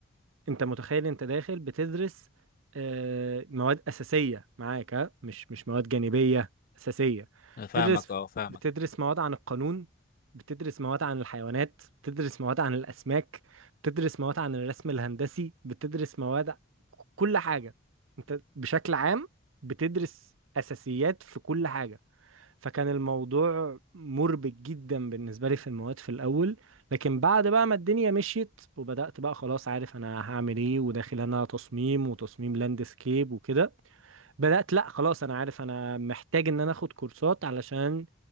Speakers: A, on the right; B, on the left.
A: انت متخيل انت داخل بتدرس آه، مواد اساسيه معاك ها مش مش مواد جانبيه اساسيه
B: أنا فاهمك
A: بتدرس
B: اه فاهمك
A: بتدرس مواد عن القانون بتدرس مواد عن الحيوانات بتدرس مواد عن الاسماك بتدرس مواد عن الرسم الهندسي بتدرس مواد كل حاجه انت بشكل عام بتدرس اساسيات في كل حاجه فكان الموضوع مربك جدا بالنسبة لي في المواد في الأول لكن بعد بقى ما الدنيا مشيت وبدأت بقى خلاص عارف أنا هعمل إيه وداخل أنا تصميم وتصميم لاندسكيب وكده بدأت لأ خلاص أنا عارف أنا محتاج إن أنا أخد كورسات علشان